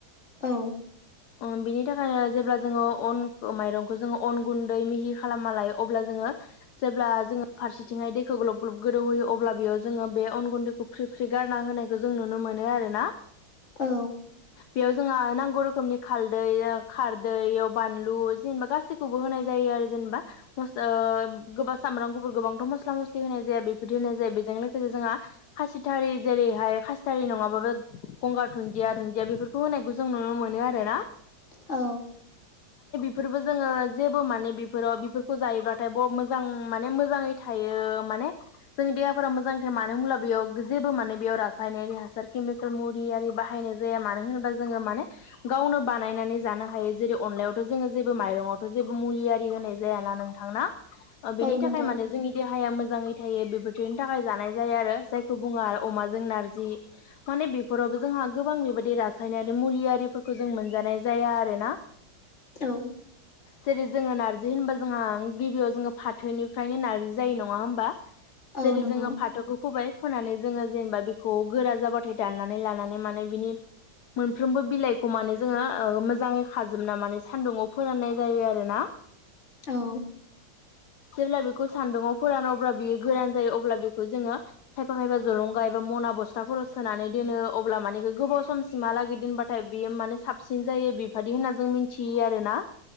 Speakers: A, on the left; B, on the left.
A: औ
B: अम‌ बिनि थाखायनो जेब्ला जोङो अन माइरंखौ जोङो अन गुन्दै मिहि खालामा लायो अब्ला जोङो जब्ला जोङो फारसे आथिङाय दैखौ ग्लोब ग्लब गोदौहोयो अब्ला बेयाव जोङो बे अन गुन्दैखौ फ्रि -फ्रि गारना होनायखौ जों नुनो मोनो आरोना। <inaudible>
A: औ
B: बेयाव जोंहा नांगौ रोखोमनि खालदै ओ खारदैयाव बानलु जेनेबा गासैखौबो होनाय जाय होयो आरो जेनेबा हस ओ गोबां सामब्राम गुफुर गोबांथ' मस मस्ला मस्लि होनाय जाया बेबायदि होनाय जायो बेजों लोगोसे जोंहा खासिथारि जेरैहाय खासिथारि नङाबाबो। गंगार धुन्दिया धुन्दिया बेफोरखौ होनायखौ जों नुनो मोनो आरो ना।
A: औ।
B: फोरबो जोंङो जेबो माने बिफोराव बिफोरखौ जायोबाथाय ब' मोजां माने मोजाङैथ थायो माने जोंनि देहाफोरा मोजां थायो मानो होनब्ला बेयाव जेबो माने बेयाव रासायनारि हासार। मेकेल मुरियारि बाहायनाय जाया मानो होनोबा जोंङो माने गावनो बानायनानै जानो हायो जेरै अनलाइ यावथ' जोंङो जेबो माइरंआवथ' जेबो मुलिआरि होनाय जायाना नोंथां ना ओ बिनि
A: औ
B: थाखाय
A: नंगौ
B: माने जोंनिथ हाया मोजाङै थायो बेफोरथिनि थाखाय जानाय जायो आरो जायखौ बुङा आरो अमाजों नारजि माने। बिफोरावबो जोंहा गोबां बेबायदि रासायनारि मुलियारिफोरखौ जों मोनजानाय जाया आरो ना।
A: औ।
B: जेरै जोङो नार्जि होनबा जोंहाओं गिबियाव जोंङो फाथोनिफ्रायनो नार्जि जायो नङा होमबा।
A: औ
B: जेरै
A: नंगौ
B: जोङो फाथ'खौ फोबाय फोनानै जोङो जेनेबा बिखौ गोरा जाबाथाय दाननानै लानानै माने बिनि मोनफ्रोमबो बिलाइखौ माने जोङो ओ मोजाङै खाजोबना माने सान्दुङाव फोराननाय जायो आरो ना।
A: औ।
B: जेब्ला बिखौ सान्दुङाव फोरानो अब्ला बियो गोरान जायो अब्ला बिखौ जोङो खायफा खायफा मना जलंगा एबा मना बस्थाफोराव सानानै दोनो अब्ला माने गोबाव समसिमहालागै दोनबाथाय बियो माने साबसिन जायो बेफादि होनना जों मिनथियो आरो ना।